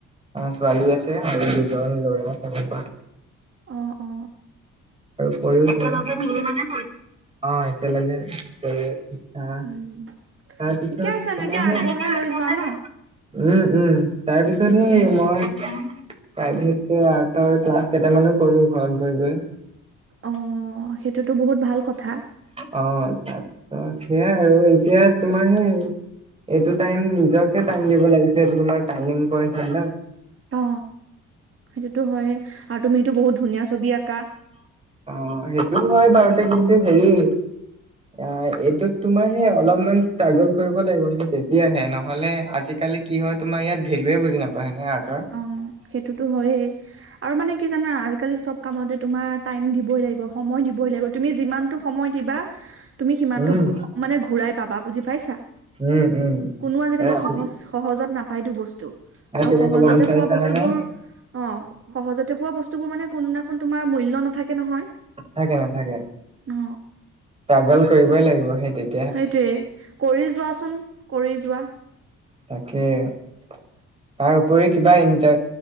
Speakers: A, on the right; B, on the right.
A: অ ছোৱালী আছে আৰু দুজন ল'ৰা তেনেকোৱা।
B: অ অ
A: আৰু একেলগে মিলি মানে কৰি অ একেলগে <unintelligible>
B: উম
A: তাৰ পিছত
B: ঠিকে আছে এনেকে
A: কোনে হে
B: আগবঢ়াই লৈ
A: <unintelligible>
B: যোৱা ন
A: উম উম তাৰপিছত
B: তেতিয়াহে
A: সেই মই প্ৰাইভেটকে আৰ্টৰ ক্লাছ কেইটামানো কৰো ঘৰত গৈ গৈ
B: অ সেইটোতো বহুত ভাল কথা।
A: অ তাৰপিছত সেইয়াই আৰু এতিয়া তোমাৰ সেই এইটো টাইম নিজকে টাইম দিব লাগিছিল এইটো তোমাৰ টাৰ্ণিং পইন্ট হয় ন।
B: অ সেইটোতো হয় আৰু তুমিতো বহুত ধুনীয়া ছবি আঁকা।
A: অ সেইটো হয় বাৰুতে কিন্তু হেৰি অ এইটোত তোমাৰ সেই অলপমান ষ্ট্ৰাগল কৰিব লাগিব সেই তেতিয়াহে নহ'লে আজিকালি কি হয় তোমাৰ ইয়াত ভেলোৱে বুজি নাপায় হয়নে, আৰ্ট
B: অ সেইটোতো হয়েই আৰু মানে কি জানা আজিকালি চব কামতে তোমাৰ টাইম দিবই লাগিব সময় দিবই লাগিব তুমি যিমানটো সময় দিবা তুমি সিমানটো
A: উম,
B: মানে ঘূৰাই পাবা বুজি পাইছা
A: উম,
B: কোনো
A: উম,
B: আজিকালি সহজ সহজত নাপাইতো বস্তু
A: আৰু
B: আও
A: তুমি
B: সহজতে
A: ক'ব বিচাৰিছা
B: পোৱা বস্তুবোৰ
A: মানে উম
B: অ সহজতে পোৱা বস্তুবোৰ মানে কোনোদিনাখন তোমাৰ মূল্য নাথাকে নহয়
A: নথাকে নাথাকে
B: অ
A: ষ্ট্ৰাগল কৰিবই লাগিব সেইটিত
B: সেইটোয়ে কৰি যোৱাচোন কৰি যোৱা
A: তাকে তাৰ উপৰি কিবা ইন্টা